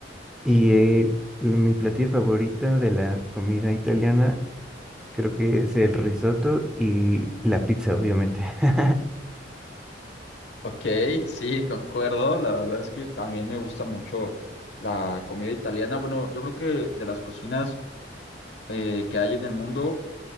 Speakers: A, in the centre; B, on the left (about 70°).
A: y el- mi platillo favorito de la comida italiana creo que es el risotto y la pizza, obviamente. <laughs>
B: Ok, sí, concuerdo. La verdad es que también me gusta mucho la comida italiana. Bueno, yo creo que de las cocinas eh, que hay en el mundo,